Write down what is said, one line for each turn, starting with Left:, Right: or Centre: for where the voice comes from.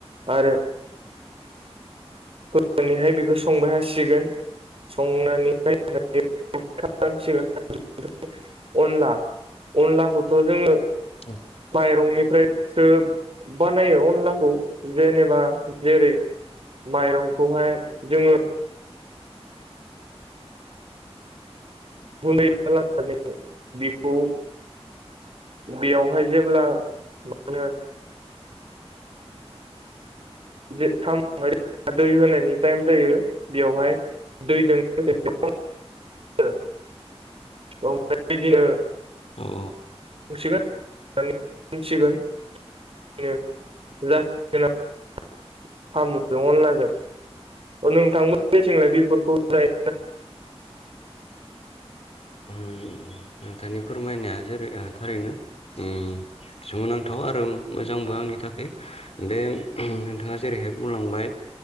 Right: आरो होनानैहाय बेखौ संबाय थासिगोन संनानैहाय <unintelligible> खालामसिगोन अनला अनलाखौथ' जोंङो
Left: औ
Right: माइरंनिफ्राय सो बानायो अनलाखौ जेनेबा जेरै माइरंखौहाय जोङो <unintelligible> गुन्दै खालामनानै बिखौ बेयावहाय जेब्ला मा होनो जे साम'हाय दै होनायनि टाइम जायो बेयावहाय। दैजों <unintelligible> ओमफ्राय बिदिनो
Left: औ
Right: मोनसिगोन <unintelligible> <unintelligible> साम' जों अनला जों नोंथांमोननिथिंलाय बेफोरखौ जायोना?
Left: ओम नोंथांनि फोरमायनाया जेरै थारैनो ओम। सोमोनांथाव आरो मोजांबो आंनि थाखाय बे नोंथाङा जेरैहाय बुंलांबाय।